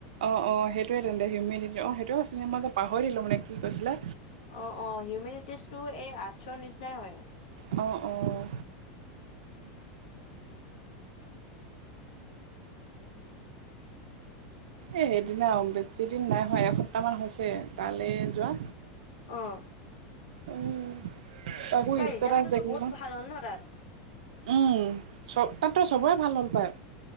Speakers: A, on the right (about 80°); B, on the left (about 80°).
A: অ, অ, সেইটোৱে তেন্তে হিউমেনিটি অ, সেইটোৱে আছিলে মই যে পাহৰিলো মানে কি কৈছিলা।
B: অ, অ, হিউমেনিটিজটো এই আৰ্টছৰ নিচিনাই হয়।
A: অ', অ'। এই সেইদিনা অ' বেছিদিন নাই হোৱা, এসপ্তাহমান হৈছে তালে যোৱা।
B: অ'।
A: উম, তাকো
B: তাৰ
A: ষ্টেটাছ
B: ৰিজাল্টটোতো
A: দেখিহে।
B: বহুত ভাল হ'ল ন তাত
A: উম, চব তাততো সবৰে ভাল হ'ল পায়।